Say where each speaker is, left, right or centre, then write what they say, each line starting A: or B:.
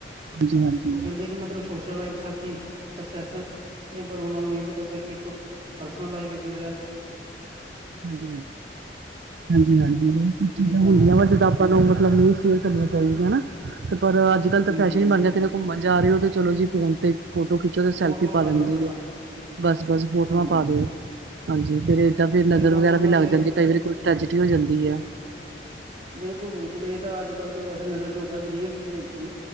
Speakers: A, on the right; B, on the right.
A: ਹਾਂਜੀ-ਹਾਂਜੀ,
B: ਉਹ ਕਹਿੰਦੇ ਕਿ ਮਤਲਬ ਸੋਸ਼ਲ ਲਾਈਫ ਐਸੀ ਸਕਸੈਸ, ਪਰ ਉਹਨਾਂ ਨੂੰ ਇਹ ਨਹੀਂ ਪਤਾ ਕਿ ਏ ਤੋ ਸੋਸ਼ਲ ਲਾਈਫ ਵਿੱਚ ਵੀ ਜਰਾ।
A: ਹਾਂਜੀ ਹਾਂਜੀ। ਹਾਂਜੀ ਹਾਂਜੀ। ਬਸ ਕੁਝ
B: ਹੁਣ
A: ਚੀਜ਼ਾਂ
B: ਜਿੱਦਾਂ
A: ਹੁੰਦੀਆਂ ਵਾ ਜਿੱਦ ਆਪਾਂ ਨੂੰ ਮਤਲਬ ਨਿਓ ਸ਼ੇਅਰ ਕਰਨੀਆਂ ਚਾਹੀਦੀਆਂ ਹਨ। ਤੇ ਪਰ ਅੱਜ ਕਲ ਤਾਂ
B: ਹਮ
A: ਫੈਸ਼ਨ ਹੀ ਬਣ ਜਾ ਘੁੰਮਣ ਜਾ ਰਹੇ ਹੋ ਤੇ ਚਲੋ ਜੀ। ਫੋਨ ਤੇ ਫੋਟੋ ਖਿੱਚੋ ਤੇ ਸੈਲਫੀ
B: ਫੋਟੋਆਂ
A: ਪਾ ਦਿੰਦੀ
B: ਦਿਓ ਪਹਿਲਾਂ
A: ਏ। ਬਸ ਬਸ। ਫੋਟੋਆਂ
B: ਹਾਂਜੀ
A: ਪਾ ਦਿਓ, ਹਾਂਜੀ ਫੇਰ ਏਦਾਂ ਫਿਰ
B: ਪਹਿਲਾਂ
A: ਨਜ਼ਰ ਵਗੈਰਾ
B: ਲੋਕਾਂ
A: ਵੀ ਲੱਗ
B: ਦੇ
A: ਜਾਂਦੀ। ਕਈ ਵਾਰੀ ਕੋਈ ਟ੍ਰੈਜਡੀ ਹੋ ਜਾਂਦੀ ਆ।
B: ਬਿਲਕੁਲ ਬਿਲਕੁਲ। ਇਹ ਤਾਂ ਅੱਜ ਕੱਲ੍ਹ ਤਾਂ ਵੈਸੇ ਨਜ਼ਰ ਤਾਂ ਉਦਾਂ ਵੀ ਰੀਅਲ ਚੀਜ਼ ਹੈਗੀ ਹੈ।